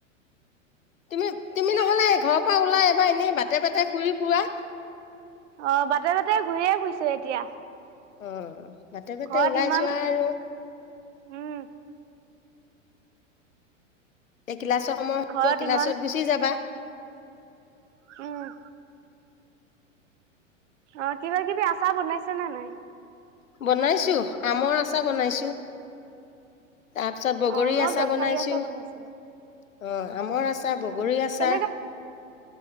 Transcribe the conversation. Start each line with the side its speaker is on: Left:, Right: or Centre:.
Left: তুমি -তুমি
Right: কি
Left: নহলে ঘৰত অ' ওলাই এবাৰ এনে বাটে- বাটে ফুৰি ফুৰা
Right: অ বাটে বাটে ঘূৰিয়ে ফুৰিছো এতিয়া।
Left: অ বাটে-বাটে
Right: ঘৰত
Left: ওলাই
Right: ইমান
Left: যোৱা আৰু।
Right: উম
Left: এ ক্লাছৰ সময় হব
Right: ঘৰত
Left: ক্লাছত
Right: ইমান
Left: গুচি যাবা।
Right: উম। অ কিবা- কিবি আচাৰ বনাইছা নে নাই?
Left: বনাইছো। আমৰ আচাৰ বনাইছো। তাৰপিছত বগৰী
Right: অ মই
Left: আচাৰ
Right: জলফাৰী
Left: বনাইছো।
Right: আচাৰ
Left: অহ।
Right: বনাইছিলো
Left: আমৰ আচাৰ,
Right: উম
Left: বগৰী আচাৰ,
Right: কেনেকে